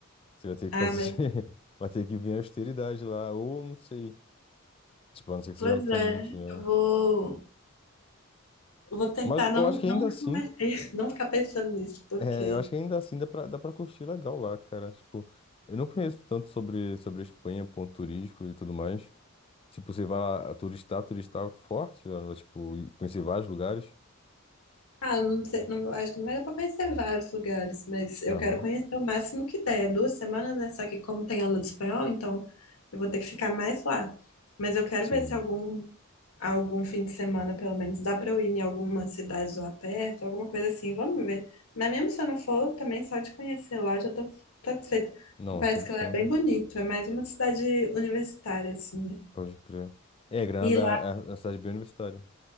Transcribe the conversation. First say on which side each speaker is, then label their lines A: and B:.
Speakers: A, on the left (about 25°); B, on the left (about 85°).
A: Você vai ter
B: Ah,
A: que fazer.
B: mas
A: <laughs> Vai ter que vir a austeridade lá, ou não sei. Tipo, a não ser que
B: pois
A: você já não tenha
B: é.
A: muito dinheiro.
B: Eu vou, eu vou tentar
A: Mas
B: não,
A: eu acho que
B: não
A: ainda assim.
B: converter, <laughs> não ficar pensando nisso, porque.
A: É, eu acho que ainda assim dá pra, dá pra curtir legal lá, cara. Tipo, eu não conheço tanto sobre, sobre a Espanha, ponto turístico e tudo mais. Tipo, você vai lá turistar, turistar é forte, né? Tipo, e conhecer vários lugares.
B: Ah, não sei, não- acho que não vai dar para conhecer vários lugares, mas eu
A: Aham,
B: quero conhecer o máximo que der. É Duas semanas, né? Só que como tem aula de espanhol, então eu vou ter que ficar mais lá. Mas eu quero
A: sim.
B: ver se algum, algum fim de semana, pelo menos, dá para eu ir em alguma cidade lá perto, alguma coisa assim. Vamos ver. Mas mesmo se eu não for, também só de conhecer lá eu já tô satisfeita.
A: Não,
B: Porque parece
A: cem por
B: que lá
A: cento.
B: é bem bonito. É mais uma cidade universitária, assim, né?
A: Pode crer. É, Granada
B: E
A: é uma cidade bem universitária.